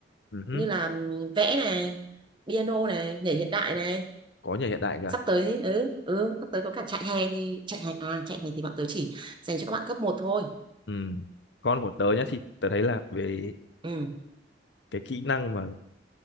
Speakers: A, on the left (about 80°); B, on the right (about 30°).
A: Ừ. hứ.
B: như là ừm, vẽ này piano này nhảy hiện đại này
A: Có nhà hiện đại cả.
B: sắp tới ừ ừ sắp tới có cả chạy hè thì chạy hè à chạy hè thì bọn tớ chỉ dành cho các bạn cấp một thôi
A: Ừ. Con của tớ nhá thì tớ thấy là về
B: ừ
A: cái kỹ năng mà